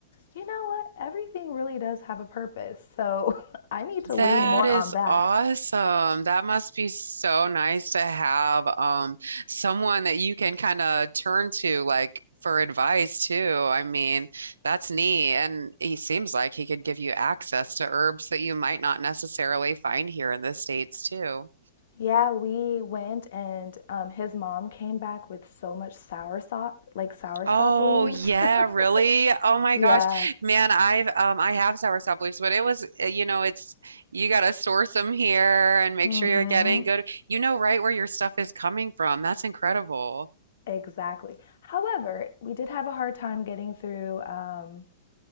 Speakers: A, on the left; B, on the right.
A: You know what? Everything really does have a purpose. So <laughs> I need to lean
B: That
A: more
B: is
A: on that.
B: awesome. That must be so nice to have um someone that you can kind of turn to like for advice too. I mean, that's neat. And he seems like he could give you access to herbs that you might not necessarily find here in the States too.
A: Yeah, we went and um, his mom came back with so much soursop, like soursop
B: Oh
A: leaves.
B: yeah,
A: <laughs>
B: really? Oh my
A: yeah.
B: gosh. Man, I've um I have soursop leaves, but it was uh, you know, it's you gotta source them here and make
A: Mm-hmm.
B: sure you're getting good. You know right where your stuff is coming from. That's incredible.
A: Exactly. However, we did have a hard time getting through, um,